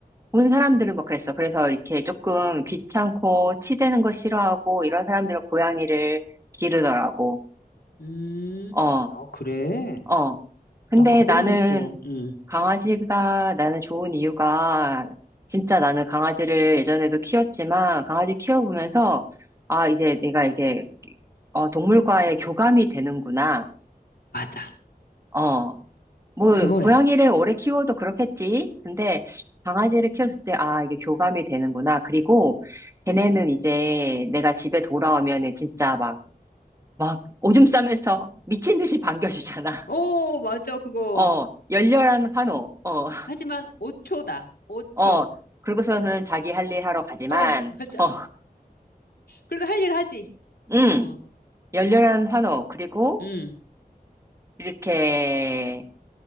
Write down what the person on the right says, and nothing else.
본 사람들은 막 그랬어. 그래서 이렇게 조금 귀찮고 치대는 거 싫어하고 이런 사람들은 고양이를 기르더라고.
어.
어. 근데
나는
강아지가 나는 좋은 이유가 진짜 나는 강아지를 예전에도 키웠지만 강아지 키워보면서 아, 이제 내가 이게 어, 동물과의 교감이 되는구나.
어. 뭐,
고양이를 오래 키워도 그렇겠지. 근데 강아지를 키웠을 때, 아, 이게 교감이 되는구나. 그리고 걔네는 이제 내가 집에 돌아오면은 진짜 막, 막 오줌 싸면서 미친 듯이 반겨주잖아.
<laughs> 어, 열렬한 환호. 어.
어,
그리고서는 자기 할 일 하러 가지만,
어,
음,
열렬한 환호. 그리고
이렇게